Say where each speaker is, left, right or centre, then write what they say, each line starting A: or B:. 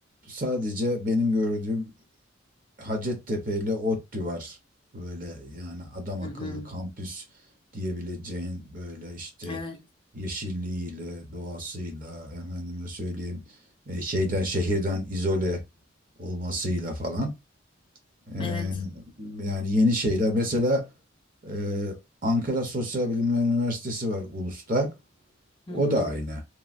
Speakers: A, on the right; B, on the left.
A: sadece benim gördüğüm Hacettepe ile ODTÜ var. Böyle yani adam
B: Hı
A: akıllı
B: hı.
A: kampüs diyebileceğin böyle işte
B: Evet.
A: yeşilliğiyle, doğasıyla, efendime söyleyeyim e, şeyden şehirden izole olmasıyla falan. E,
B: Evet.
A: yani yeni şeyler. Mesela e, Ankara Sosyal Bilimler Üniversitesi var Ulus'ta.
B: Hı
A: O
B: hı.
A: da aynı.